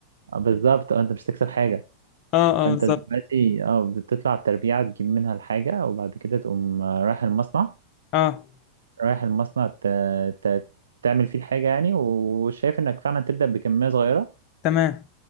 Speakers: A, on the right (about 70°); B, on the left (about 35°).
A: آه، بالظبط اه انت مش هتكسب حاجة
B: اه
A: فانت
B: اه بالظبط
A: دلوقتي اه بتطلع التربيعة تجيب منها الحاجة وبعد كده تقوم آه، رايح المصنع
B: اه
A: رايح المصنع ت... ت... تعمل فيه الحاجة يعني وشايف انك فعلا تبدأ بكمية صغيرة
B: تمام